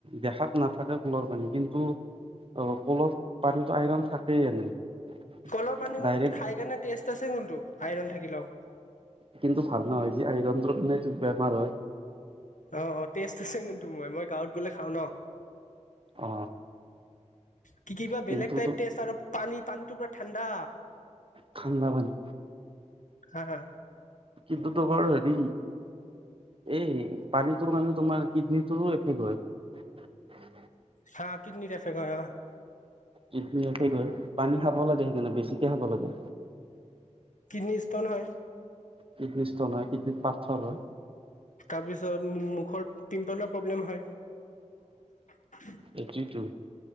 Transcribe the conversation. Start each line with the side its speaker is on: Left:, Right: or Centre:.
Right: দেখাত নাথাকে কুলৰ পানী কিন্তু অ কলত পানীত আইৰণ থাকেই এনেই
Left: কলৰ পানী কোনটোত
Right: ডাইৰেক্ট
Left: খাই কাৰণে টেষ্ট আছে কোনটো আইৰণ থাকিলেও
Right: কিন্তু ভাল নহয় যে আইৰণটোৰ কাৰণেটো বেমাৰ হয়
Left: অ টেষ্ট আছে কোনটো মই মই গাঁৱত গলে খাওঁ ন
Right: অ
Left: কি কিবা
Right: কিন্তু
Left: বেলেগ টাইপ
Right: তো
Left: টেষ্ট আৰু পানী পানীটো পুৰা ঠাণ্ডা
Right: ঠাণ্ডা পানী
Left: হা হা
Right: কিতৰ হেৰি এই পানীটোৰ কাৰণে তোমাৰ কিডনীটোৰো এফেক্ট হয়
Left: হা কিডনিত এফেক্ট হয় অ
Right: কিত্নি এফেক্ট হয় পানী খাব লাগে সেইকানে বেছি হবলাগে
Left: কিডনী ষ্টোন হয়
Right: কিডনী ষ্টোন হয় কিডনী পাথৰ হয়
Left: তাৰপিছত মুখৰ পটিম্পলৰ প্ৰব্লেম হয় উ
Right: এইটোৱে টো